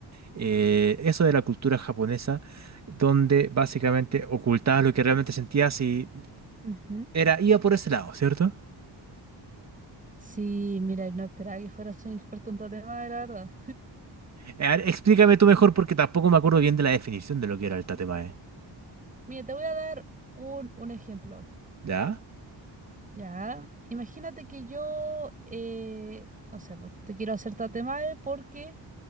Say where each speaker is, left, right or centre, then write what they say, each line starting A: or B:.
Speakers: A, on the right; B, on the right.
A: eh, eso de la cultura japonesa, donde básicamente ocultabas lo que realmente sentías y
B: ujú.
A: Era, iba por ese lado, ¿cierto?
B: Sí, mira, no esperaba que fueras un experto en tatemae, la verdad.
A: Eh, a ver, explícame tú mejor porque tampoco me acuerdo bien de la definición de lo que era el tatemae.
B: Mira, te voy a dar un, un ejemplo.
A: ¿Ya?
B: Ya, imagínate que yo, eh, no sé, pues, te quiero hacer tatemae porque